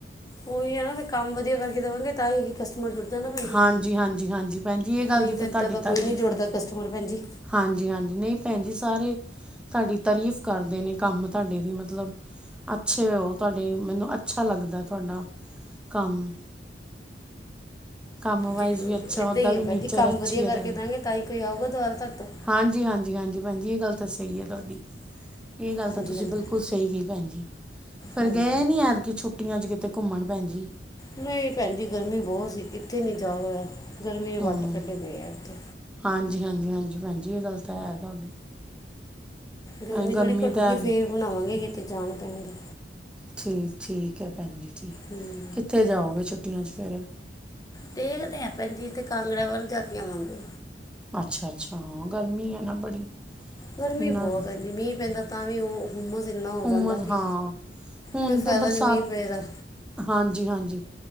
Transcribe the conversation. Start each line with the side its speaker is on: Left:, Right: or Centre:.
Left: ਉਹੀ ਹੈ ਨਾ ਫਿਰ ਕੰਮ ਵਧੀਆ ਕਰਕੇ ਦੇਵਾਂਗੇ ਤਾਂ ਹੀ ਕਸਟਮਰ ਜੁੜਦਾ ਨਾ ਭੈਣ ਜ
Centre: ਹਾਂਜੀ ਹਾਂਜੀ ਹਾਂਜੀ ਭੈਣ ਜੀ ਇਹ ਗੱਲ
Left: ਨਹੀਂ
Centre: ਦੀ
Left: ਤਾਂ ਏਦਾਂ
Centre: ਤੁਹਾਡੀ
Left: ਦਾ
Centre: ਤਾਰੀਫ਼
Left: ਕੋਈ ਨੀ ਜੁੜਦਾ
Centre: ਹੈ
Left: ਕਸਟਮਰ ਭੈਣ ਜੀ
Centre: ਹਾਂਜੀ ਹਾਂਜੀ ਨਹੀਂ ਭੈਣ ਜੀ ਸਾਰੇ ਤੁਹਾਡੀ ਤਾਰੀਫ਼ ਕਰਦੇ ਨੇ ਕੰਮ ਤੁਹਾਡੇ ਦੀ ਮਤਲਬ ਮਤਲਬ ਅੱਛੇ ਉਹ ਤੁਹਾਡੇ ਮੈਨੂੰ ਅੱਛਾ ਲੱਗਦਾ ਤੁਹਾਡਾ ਕੰਮ ਕੰਮ ਵਾਈਜ਼
Left: ਜੀ
Centre: ਵੀ ਅੱਛਾ
Left: ਇੱਦਾਂ
Centre: ਉੱਦਾਂ
Left: ਹੀ
Centre: ਵੀ
Left: ਹੈ ਭੈਣ
Centre: ਨੇਚਰ
Left: ਜੀ ਕੰਮ
Centre: ਅੱਛੀ
Left: ਵਧੀਆ
Centre: ਹੈ
Left: ਕਰਕੇ
Centre: ਤੁਹਾਡੀ
Left: ਦਵਾਂਗੇ ਤਾਂ ਹੀ ਕੋਈ ਆਊਗਾ ਦੁਬਾਰਾ ਤੁਰ ਤੋਂ
Centre: ਹਾਂਜੀ ਹਾਂਜੀ ਹਾਂਜੀ ਭੈਣ ਜੀ ਇਹ ਗੱਲ ਤਾਂ ਸਹੀ ਹੈ ਤੁਹਾਡੀ ਇਹ ਗੱਲ
Left: ਹਾਂਜੀ
Centre: ਤਾਂ ਤੁਸੀਂ
Left: ਹਾਂਜੀ
Centre: ਬਿਲਕੁਲ ਸਹੀ ਕਹੀ ਭੈਣ ਜੀ ਫੇਰ
Left: ਹਾਂਜੀ
Centre: ਗਏ ਨੀ ਆਦਕੀ ਛੁੱਟੀਆਂ ਚ ਕਿਤੇ ਘੁੰਮਣ ਭੈਣ ਜੀ
Left: ਨਹੀਂ ਭੈਣ ਜੀ ਗਰਮੀ ਬਹੁਤ ਸੀ ਇੱਥੇ ਨਹੀਂ ਜਾ ਹੋਇਆ ਗਰਮੀ ਦੇ ਵੱਟ
Centre: ਹੂੰ
Left: ਕੱਢੇ ਪਏ ਆ ਉੱਥੇ
Centre: ਹਾਂਜੀ ਹਾਂਜੀ ਹਾਂਜੀ ਭੈਣ ਜ ਇਹ ਗੱਲ ਤਾਂ ਹੈ ਤੁਹਾਡੀ
Left: ਗਰਮੀ
Centre: ਐ
Left: ਥੋੜ੍ਹੀ ਘੱਟੂਗੀ
Centre: ਤਾਂ ਹੈ।
Left: ਫੇਰ ਬਣਾਵਾਂਗੇ ਕਿਤੇ ਜਾਣ ਪੈਣ ਦਾ
Centre: ਠੀਕ ਠੀਕ ਹੈ ਭੈਣ ਜੀ ਠੀਕ
Left: ਹਮ
Centre: ਕਿੱਥੇ ਜਾਓਗੇ ਛੁੱਟੀਆਂ 'ਚ ਫਿਰ
Left: ਦੇਖ ਦੇ ਹੈ ਭੈਜੀ ਅਤੇ ਕਾਂਗੜਿਆਂ ਵੱਲ ਜਾ ਕੇ ਆਵਾਂਗੇ
Centre: ਅੱਛਾ ਅੱਛਾ ਗਰਮੀ ਹੈ ਨਾ ਬੜੀ
Left: ਗਰਮੀ
Centre: ਨਾ
Left: ਬਹੁਤ ਪੈਂਦੀ ਮੀਂਹ ਪੈਂਦਾ ਤਾਂ ਵੀ ਉਹ ਹੁੁੰਮਸ ਇੰਨਾ ਹੋ
Centre: ਹੁਮਸ
Left: ਜਾਂਦਾ ਕਿ
Centre: ਹਾਂ ਹੁਣ
Left: ਕੋਈ ਫਾਇਦਾ
Centre: ਤੇ ਬਰਸਾਤ
Left: ਨਹੀਂ ਮੀਂਹ ਪਏਦਾ
Centre: ਹਾਂਜੀ ਹਾਂਜੀ